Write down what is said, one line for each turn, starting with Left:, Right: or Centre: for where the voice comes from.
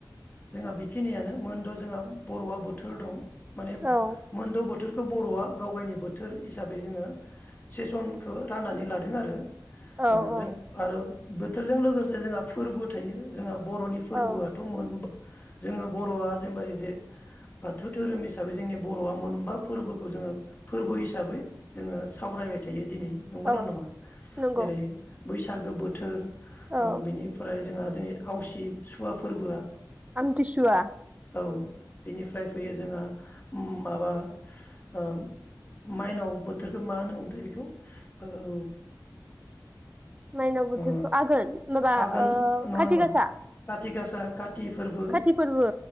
Left: जोंहा बेखिनि मोन द' जोंहा बर'आ बोथोर दं माने
Right: औ
Left: मोनद बो बोथोरखौ बर'आ गाव गायनि बोथोर हिसाबै जोङो सेसनखौ राननानै लादों दों आरो
Right: औ
Left: ओ
Right: औ
Left: जों आरो बोथोरजों लोगोसे जोंहा फोरबो थायो जोंहा बर'नि फोरबोआथ'
Right: औ
Left: मोन जोङो बर'आ जेनेबा एजे बाथौ धोरोम हिसाबै जोंनि बर'आ मोनबा फोरबोखौ जोङो फोरबो हिसाबै जोङो सावरायबाय थायो दिनै नंगौ
Right: औ
Left: ना नङा
Right: नंगौ
Left: जेरै बैसागो बोथोर
Right: औ
Left: ओ बेनिफ्राय जोंहा दिनै आवसि सुवा फोरबोआ
Right: आमथिसुवा
Left: औ बेनिफ्राय फैयो जोंहा माबा ओ माइनाव बोथोरखौ मा होनोमोनथाय बेखौ ओ
Right: माइनाव बोथोरखौ
Left: ओ
Right: आघोन माबा
Left: आघोन
Right: ओ
Left: नङा
Right: खाथि
Left: नङा
Right: गासा
Left: काति गासा कत फोरबो
Right: खाथि फोरबो